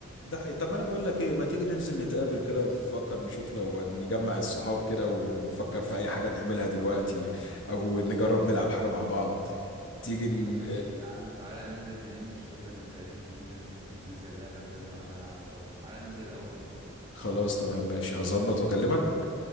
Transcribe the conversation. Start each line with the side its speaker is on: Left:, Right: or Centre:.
Left: ده حقيقي طب ما انا بقول لك ايه ما تيجي ننزل نتقابل كده نفكر نشوف لو نجمع الصحاب كده ونفكر في اي حاجة نعملها دلوقتي او نجرب نلعب حاجة مع بعض تيجي ن...
Right: طب ما تيجي يا عم تعالى ننزل نلم الشلة من تاني وننزل نشوف ننزل لعبة جديدة النهاردة نلعبها سوا تعالى ننزل الأول نتفق
Left: خلاص تمام ماشي هظبط واكلمك